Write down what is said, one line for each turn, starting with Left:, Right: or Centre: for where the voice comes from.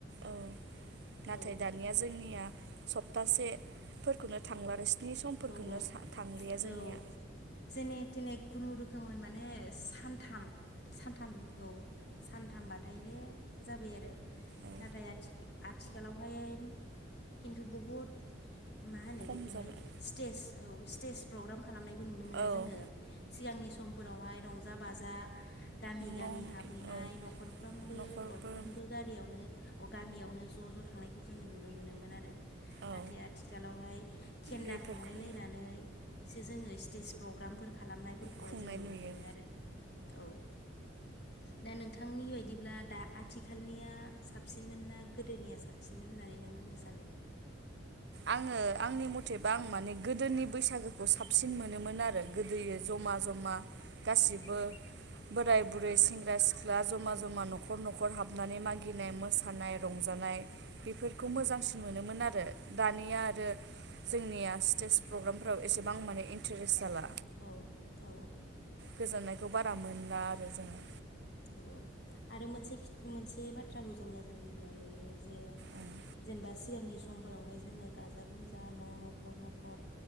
Right: औ नाथाय
Left: औ
Right: दानिया जोंनिया सप्तासे फोरखौनो थांला आरो स्नि समफोरखौनो
Left: औ औ
Right: थांलिया जोंनिया
Left: औ जेने थेने खुनुरुखैमै माने सान थाम सानथाम औ सानथामबा थायनो जाबाय आरो
Right: औ
Left: नाथाय आ आथिखालावहाय खिन्थु बहुद मा होनो
Right: खम
Left: बेखौहाय
Right: जाबाय
Left: स्टेज औ स्टेज प्रग्राम खालामनायखौ नुनो मोनो
Right: औ
Left: जोङो सिगांनि स समफोरावहाय रंजा बाजा गामि गामि
Right: न' न'
Left: हाबहैनाय
Right: औ
Left: न'खरफ्रामबो
Right: न'खरफोर
Left: दरफ्रामबो गारियावनो अ गामियावनो ज ज थांनायखौ जोङो नुनो मोनोमोन आरो नाथाय
Right: औ
Left: आथिखालावहाय केेन्दा
Right: बेफोरखौ
Left: थांलाय लायनानैसो जोङो स्टेज प्रग्रामफोर खालामनायफोरखौहाय
Right: खुंनाय
Left: जों नुनो
Right: नुयो
Left: मोनो आरो औ दा नोंथांनि बायदिब्ला दा आथिखालनिया साबसिनमोन ना गोदोनिया साबसिनमोन होननानै नों बुंनो सानो?
Right: आङो आंनि मथेबा आं माने गोदोनि बैसागोखौ साबसिन मोनोमोन आरो गोदोयो जमा जमा गासिबो
Left: औ
Right: बोराय बुरै सें <inaudible> सेंग्रा सिख्ला जमा जमा न'खर न'खर हाबनानै मागिनाय मोसानाय रंजानाय बेफोरखौ मोजांसिन मोनोमोन आरो दानिया आरो जोंनिया स्टेज प्रग्रामफोराव एसेबां माने इन्टारेस्ट जाला
Left: औ औ
Right: गोजोननायखौ बारा मोनला आरो जोङो।
Left: औ औ आरो मोनसे मोनसे बाथ्राखौ जों नोजोर होयोब्ला नुयो जे
Right: ओं
Left: जेनेबा सिगांनि समफोरावहाय जोङो गाजा गोमजा न' न'खर न'खर